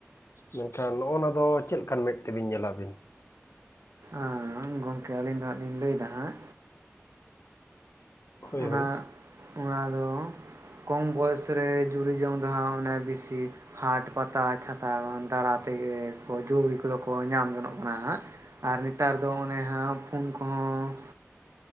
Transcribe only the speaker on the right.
ᱟᱸ ᱜᱚᱢᱠᱮ ᱟᱹᱞᱤᱧ ᱫᱚ ᱦᱟᱸᱜ ᱞᱤᱧ ᱞᱟᱹᱭᱫᱟ ᱦᱟᱸᱜ᱾
ᱚᱱᱟ
ᱚᱱᱟ ᱫᱚ ᱠᱚᱢ ᱵᱚᱭᱚᱥ ᱨᱮ ᱡᱩᱨᱤ ᱡᱚᱝ ᱫᱚ ᱦᱟᱸᱜ ᱚᱱᱮ ᱵᱤᱥᱤ ᱦᱟᱴ ᱯᱟᱛᱟ ᱪᱷᱟᱛᱟ ᱫᱟᱬᱟ ᱛᱮᱜᱮ ᱡᱩᱲᱤ ᱠᱚᱫᱚ ᱠᱚ ᱧᱟᱢ ᱡᱚᱱᱚᱜ ᱠᱟᱱᱟ ᱦᱟᱸᱜ᱾ ᱟᱨ ᱱᱮᱛᱟᱨ ᱫᱚ ᱚᱱᱮ ᱦᱟᱸᱜ ᱯᱷᱩᱱ ᱠᱚᱦᱚᱸ